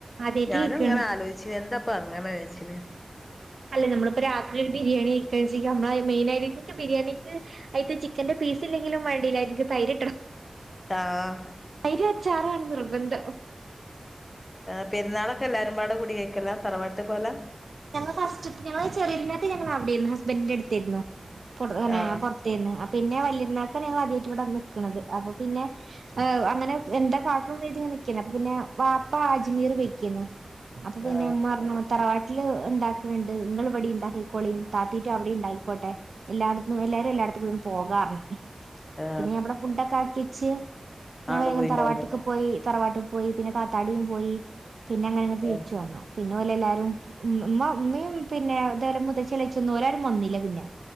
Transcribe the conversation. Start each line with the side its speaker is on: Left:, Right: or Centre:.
Right: ആദ്യായിട്ട്
Left: ഞാനും
Right: കേക്കാണ്
Left: ഇങ്ങനെ ആലോചിച്ച് എന്താപ്പ അങ്ങനെ വച്ചിന്
Right: അല്ല നമ്മിപ്പോൊ രാത്രി ഒരു ബിരിയാണി കൈക്കാഞ്ച്ചു നമ്മ മെയിനായിട്ട് എയിനിക്ക് ബിരിയാണിക്ക് അയ്ക്ക് ചിക്കന്റെ പീസ് ഇല്ലെങ്കിലും വേണ്ടില്ല അയിന്ക്ക് തൈര്ട്ടണം
Left: ആഹ്
Right: തൈര് അച്ചാറാണ് നിർബന്ധം.
Left: ആ പെരുന്നാളൊക്കെ എല്ലാരുംപാടെ കുടിയേക്കല തറവാട്ട് പോല
Right: ഞങ്ങൾ ഫസ്റ്റ് ഞങ്ങള് ചെറിയരുന്നാക്ക് ഞങ്ങൾ അവിടെരുന്നു ഹസ്ബന്റിന്റെടുത്തരുന്നു പുട് പിന്നെ
Left: ആ
Right: പുറത്തുന്ന് പിന്നെ രുന്നാക്ക് ഞങ്ങള് ആദ്യായിട്ട ഇവിടെ വന്നു നിക്കണത് അപ്പൊ പിന്നെ ആഹ് അങ്ങന എന്താ കാട്ടണ് കരുതി ഇങ്ങനെ നിക്കണ് അപ്പൊ പിന്നെ വാപ്പ അജ്മീർ പൈക്കയ്ന്നു അപ്പൊ പിന്നെ
Left: ആ
Right: പറഞ്ഞ് തറവാട്ട ല് ഇണ്ടാക്കുണ്‌ ണ്ട്. നിങ്ങള് ഇവിടെ ഇണ്ടാക്കക്കോളീം താത്തിറ്റും അവിടെ ഉണ്ടായിക്കോട്ടെ. എല്ലായിടത്തും എല്ലാരും എല്ലായിടത്തും കൂടി പോകാ പറഞ്ഞു.
Left: ആ
Right: പിന്നെഞാൻ ഇവിടെ ഫുഡൊക്കെ ആക്കി വെച്ച് ഞാൻ
Left: ആള്
Right: വേഗം
Left: പോയിണ്ടാവൂലെ ആ ആണ്ട് പോയിണ്ടാവുലേ
Right: തറവാട്ട്ക്ക് പോയി തറവാട്ട് പോയി പിന്നെ താത്താടിയും പോയി പിന്നെ അങ്ങനെ ഇങ്ങോട്ട് അങ്ങനെ
Left: ഏ
Right: തിരിച്ചു വന്നു പിന്നെ ഓലെ എല്ലാരും ഉ ഉമ്മ ഉമ്മയും പിന്നെ മുതച്ചളിച്ചൊന്നും ഒരാരും വന്നില്ല പിന്നെ